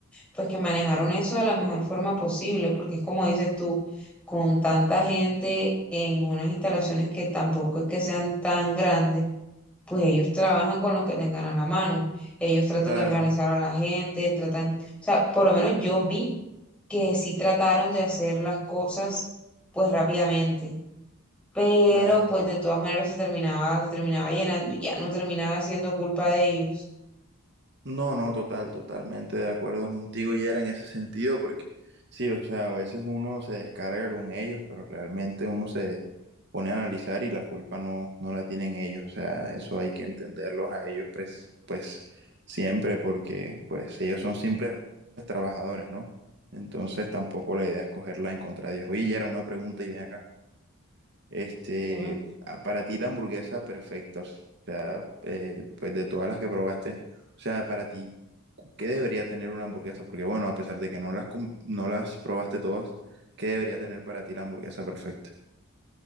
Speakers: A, in the centre; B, on the right.
A: pues que manejaron eso de la mejor forma posible, porque es como dices tú, con tanta gente en unas instalaciones que tampoco es que sean tan grandes, pues ellos trabajan con los que tengan a la mano. Ellos tratan
B: Claro,
A: de organizar a la gente, tratan, o sea, por lo menos yo vi que sí trataron de hacer las cosas pues rápidamente pero
B: claro.
A: pues de todas maneras se terminaba, se terminaba llenando y ya no terminaba siendo culpa de ellos.
B: No, no, total, totalmente de acuerdo contigo, y era en ese sentido, porque sí, o sea, a veces uno se descarga con ellos, pero realmente uno se pone a analizar y la culpa no, no la tienen ellos. O sea, eso hay que entenderlos a ellos, pres- pues, siempre, porque pues ellos son simples trabajadores, ¿no? Entonces tampoco la idea es cogerla en contra de ellos. Oye, ya era una pregunta y ven acá. este,
A: Dime.
B: a- para ti la hamburguesa perfecta, o sea, eh, pues de todas las que probaste, o sea, para ti, cu- ¿qué debería tener una hamburguesa? Porque bueno, a pesar de que no las, com- no las probaste todas, ¿qué debería tener para ti la hamburguesa perfecta?